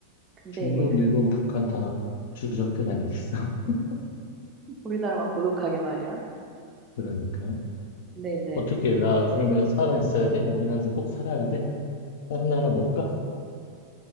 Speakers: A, on the right; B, on the left.
A: 근데
B: 중국,
A: 이게 그-
B: 일본, 북한 다 주적들
A: 음,
B: 아니겠어? <laughs>
A: 우리나라만 고독하게 말이야.
B: 그러니까.
A: 근데 이제
B: 어떻게, 나 그러면 살아 있어야
A: 음.
B: 돼? 우리나라에서 꼭 살아야 돼? 다른 나라 못 가?